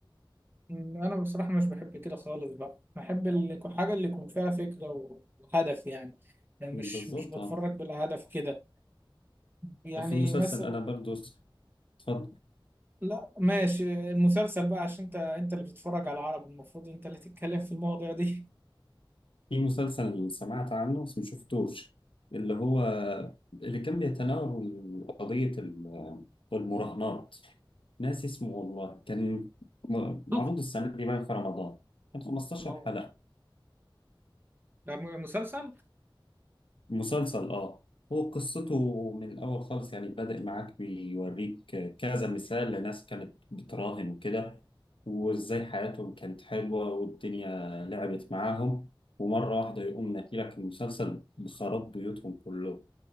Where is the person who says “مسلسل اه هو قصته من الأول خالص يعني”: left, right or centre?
Left